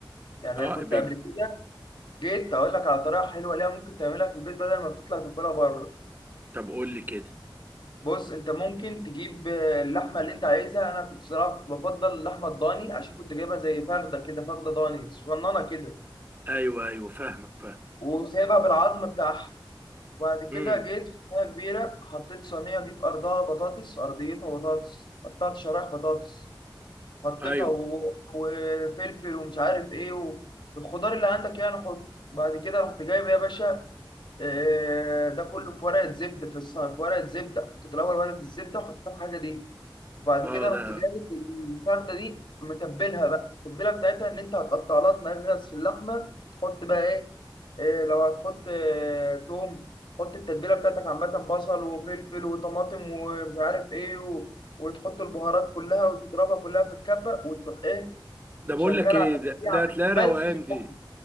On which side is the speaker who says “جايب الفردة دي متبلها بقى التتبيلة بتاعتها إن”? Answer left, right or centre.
Left